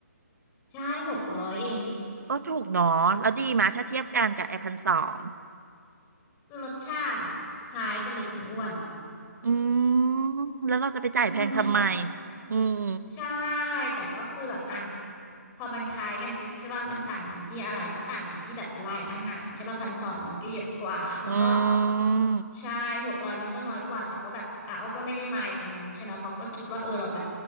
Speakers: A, on the left; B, on the right.
A: ใช่หกร้อยเอง
B: โอ้ถูกเนาะแล้วดีมาถ้าเทียบกันกับไอพันสอง
A: คือรสชาติอ่ะคล้ายกันเลยคุณอ้วน
B: อืมแล้วเราจะไปจ่ายแพงทำไม
A: อืมเหมือนแบบ
B: อืม
A: ใช่แต่ก็คือแบบอ่ะพอมันคล้ายกันปุ๊บใช่ป่ะมันต่างกันที่อะไรก็ต่างกันที่แบบลายอาหารใช่ป่ะพันสองมันก็เยอะกว่าแล้วก็
B: อืม
A: ใช่หกร้อยมันก็น้อยกว่าแต่ก็แบบอ่ะเอาก็ไม่ได้มายตรงนั้นใช่ไหมเพราะก็คิดว่าเออเราแบบ